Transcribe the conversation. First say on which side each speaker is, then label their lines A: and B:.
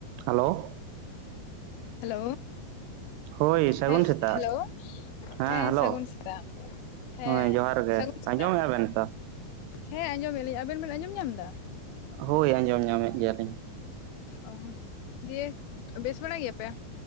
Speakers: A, on the right (about 80°); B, on the left (about 70°).
A: Hello
B: hello
A: ᱦᱳᱭ ᱥᱟᱹᱜᱩᱱ
B: ᱦᱮ
A: ᱥᱮᱛᱟᱜ
B: ᱦᱮᱞᱳ
A: ᱦᱮᱸ
B: ᱦᱮ
A: ᱦᱮᱞᱳ
B: ᱥᱟᱹᱜᱩᱱ ᱥᱮᱛᱟᱜ ᱦᱮ
A: ᱦᱳᱭ ᱡᱚᱦᱟᱨ ᱜᱮ
B: ᱥᱟᱹᱜᱩᱱ
A: ᱟᱸᱡᱚᱢᱮᱫᱼᱟ
B: ᱥᱮᱛᱟᱜ
A: ᱵᱮᱱ ᱛᱚ
B: ᱦᱮ ᱟᱸᱡᱚᱢᱮᱜ ᱞᱤᱧ ᱟᱵᱮᱱ ᱵᱮᱱ ᱟᱸᱡᱚᱢ ᱧᱟᱢ ᱮᱫᱟ?
A: ᱦᱳᱭ ᱟᱸᱡᱚᱢ ᱧᱟᱢᱮᱫ ᱜᱮᱭᱟᱞᱤᱧ
B: ᱚ ᱫᱤᱭᱮ ᱵᱮᱥ ᱵᱟᱲᱟ ᱜᱮᱭᱟ ᱯᱮ?